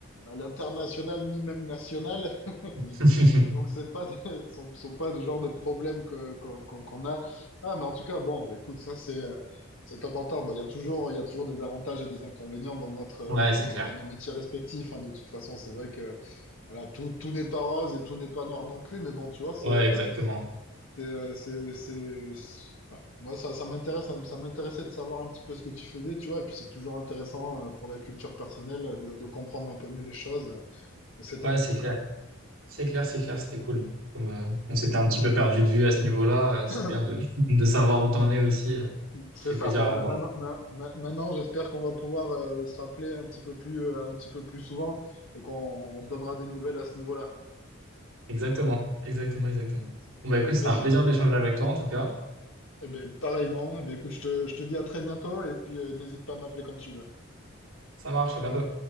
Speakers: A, on the left (about 65°); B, on the right (about 80°).
A: à l'international ni même national. <laughs>
B: <laughs>
A: Donc, c'est pas des- sont, sont pas le genre de problème que, qu'on, qu'on qu'on a. Ah, mais en tout cas, bon, bah, écoute, ça, c'est, euh, c'est top en top. Bon, il y a toujours, il y a toujours des avantages et des inconvénients dans notre, euh,
B: ouais,
A: dans,
B: c'est
A: nos
B: clair.
A: dans nos métiers respectifs, hein. De toute façon, c'est vrai que, voilà, tout, tout n'est pas rose et tout n'est pas noir non plus. Mais bon, tu vois, c'est,
B: Ouais,
A: euh,
B: exactement.
A: c'est, euh, c'est, c'est- c'est- enfin, moi, ça, ça m'intéresse, ça, m- ça m'intéressait de savoir un petit peu ce que tu faisais, tu vois. Et puis, c'est toujours intéressant, euh, pour la culture personnelle euh, de, de comprendre un peu mieux les choses. C'est top
B: Ouais, c'est
A: en tout
B: clair.
A: cas.
B: C'est clair, c'est clair, c'était cool. Comme, euh, on s'était un petit peu perdu de vue à ce niveau-là, euh, c'est
A: <laughs>
B: bien de, <laughs> de savoir où t'en es aussi. euh,
A: C'est
B: ça fait
A: ça.
B: plaisir
A: Bon,
B: à
A: mais
B: entendre.
A: maintenant, ma- ma- maintenant, j'espère qu'on va pouvoir euh, se rappeler un petit peu plus, euh, un petit peu plus souvent et qu'on on se donnera des nouvelles à ce niveau-là.
B: Exactement, exactement, exactement. Bon, bah écoute,
A: Eh
B: c'était
A: ben,
B: un
A: su-
B: plaisir d'échanger avec toi en tout cas.
A: eh ben, pareillement. Eh ben, écoute, je te, je te dis à très bientôt et puis euh, n'hésite pas à m'appeler quand tu veux.
B: Ça marche, à bientôt.